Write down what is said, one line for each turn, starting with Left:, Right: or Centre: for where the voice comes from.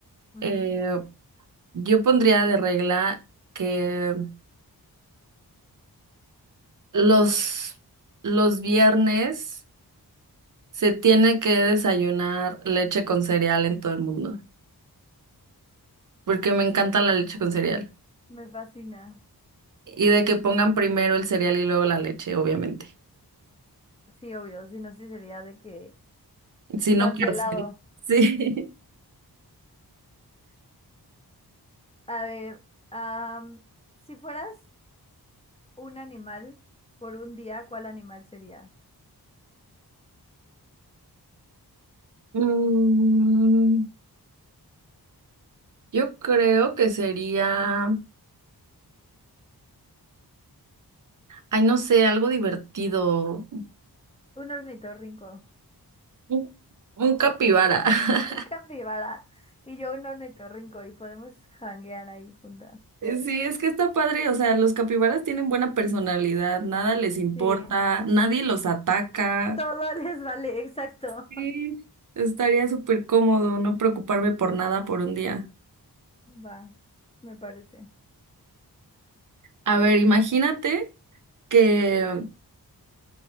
Left: Ujú,
Right: eh, Yo pondría de regla que los, los viernes se tiene que desayunar leche con cereal en todo el mundo, porque me encanta la leche con cereal.
Left: Me fascina.
Right: Y de que pongan primero el cereal y luego la leche, obviamente.
Left: Sí, obvio, si no, sí sería de que
Right: Si no,
Left: cancelado.
Right: cárcel. Sí. <laughs>
Left: A ver, am, si fueras un animal por un día, ¿cuál animal serías?
Right: Mm, yo creo que sería, ay, no sé, algo divertido.
Left: Un ornitorrinco,
Right: Un, un capibara. <laughs>
Left: un capibara y yo un ornitorrinco y podemos janguear ahí juntas.
Right: Eh, Sí, es que está padre, o sea, los capibaras tienen buena personalidad, nada les importa,
Left: Sí,
Right: nadie los ataca.
Left: todo <laughs> les vale, exacto.
Right: Sí, estaría súper cómodo no preocuparme por nada por un día.
Left: Va, me parece.
Right: A ver, imagínate que,